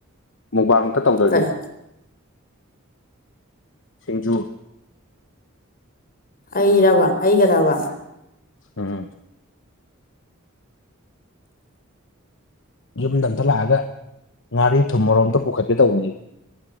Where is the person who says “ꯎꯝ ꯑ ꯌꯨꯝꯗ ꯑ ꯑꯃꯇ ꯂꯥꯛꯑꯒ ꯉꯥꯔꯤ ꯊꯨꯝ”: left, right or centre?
Left